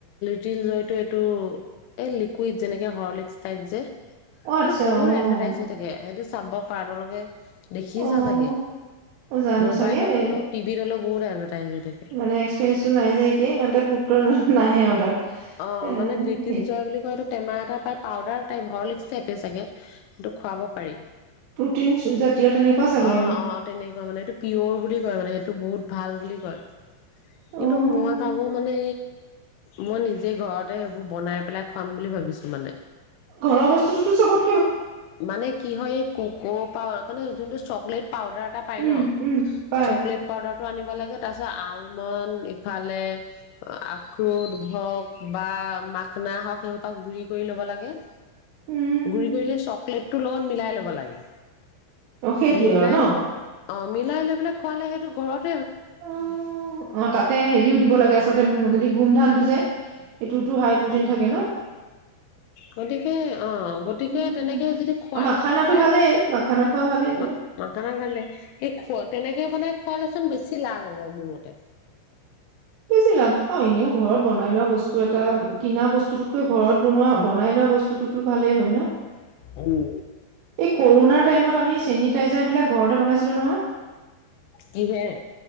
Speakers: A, on the left; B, on the right.
A: টিল জয়টো এইটো এ লিকুইড, যেনেকে হৰ্লিকছ টাইপ যে।
B: অ',
A: সেইটো
B: আচ্ছা
A: বহুত
B: অ',
A: এডভাৰটাইজ দি থাকে, সেইটো চাম্ভ পাৰলোকে দেখিছা
B: অ',
A: চাগে
B: অ', জানো
A: মোবাইলত
B: চাগে এ
A: হ'লেও, টিভিত হ'লেও বহুত এডভেৰটাইজ হৈ থাকে।
B: মানে এক্সপিৰিয়েঞ্চটো নাই যে এতিয়া ইমান এটা গুৰুত্ব ন- নাহে আৰু তাত।
A: অ'
B: এ
A: মানে লিতিল
B: সেই
A: জয় বুলি কয় এইটো টেমা এটা পাই পাউদাৰ তাই হৰলিক্স থাকে চাগে এইটো কিন্ত খোৱাব পাৰি।
B: প্ৰটিন জাতীয় তেনেকুৱা চাগে
A: অ',
B: আৰু
A: অ', তেনেকুৱা মানে এইটো পিয়ৰ বুলি কয় মানে, সেইটো বহুত ভাল বুলি কয়।
B: অ',
A: কিন্তু মই ভাবো মানে, মই নিজ নিজেই ঘৰতে সেইবোৰ বনাই পেলাই খুৱাম বুলি ভাবিছোঁ মানে।
B: ঘৰৰ বস্তুটোতো চবত
A: মানে কি হয় এই কুকু অ' মানে জোনটো চকলেট পাউডাৰ এটা পাই
B: উম,
A: ন
B: উম, পাই
A: চকলেট পাউডাৰ আনিব লাগে, তাৰ পিছত আলমন, ইফালে আখ্ৰুদ হওক বা মাখনা হওক, সেইখোপা গুৰি কৰি লব লাগে।
B: উম,
A: গুৰি কৰি হে চক বেগ তোৰ লগত মিলাই ল'ব লাগে।
B: অ' সেইটোৱেই
A: মিলাই
B: আৰু ন।
A: অ' মিলাই লৈ পেলাই খোৱালে সেইটো ঘৰত
B: অ', অ' তাতে হেৰিও দিব লাগে আচলতে মোৰ মতেদি গোমধানটো জে, এইটোতো হাই প্ৰটিন থাকে ন?
A: গতিকে অ' গতিকে
B: উম,
A: তেনেকে যদি খুৱাই
B: অ', মাখানাটো
A: লব পাৰে,
B: ভালেই মাখানা খোৱা ভালেইটো।
A: মা মাখানা খালে সেই খু তেনেকে বনাই খোৱালেচোন বেছি লাভ হ'ব মোৰ মতে।
B: বেছি লাভ অ' এনেও ঘৰত বনাই লোৱা বস্তু এটা, কিনা বস্তুটোতকে ঘৰত বনোৱা, বনাই লোৱা বস্তুটোতুটো ভালেই হয় ন।
A: উম
B: এই কৰোণাৰ টাইমত আমি চেনীত তেজাৰ বিলাক ঘৰতে বনাইছিলোঁ নহয়।
A: কিহেৰে?